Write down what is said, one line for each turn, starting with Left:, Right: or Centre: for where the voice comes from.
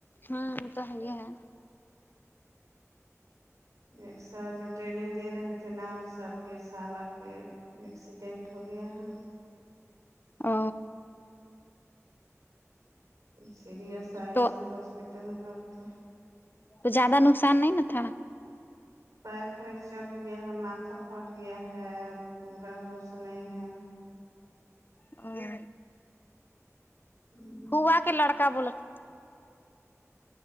Left: ہاں تو ہے ہی ہے
Right: ایک سر جو ٹرینگ دے رہے تھے نا سر کے سالا کے اک ٹینٹھ ہو گیا ہے
Left: آ
Right: سیریس آئے
Left: تو
Right: اسی ہسپٹل بھرتی
Left: تو زیادہ نقصان نہیں نا تھا
Right: پیر فریکچر ہو گیا ہے ماتھا پھوٹ گیا ہے پورا ہوش نہیں ہے
Left: اور
Right: ہوں
Left: بوا کے لڑک بول تھے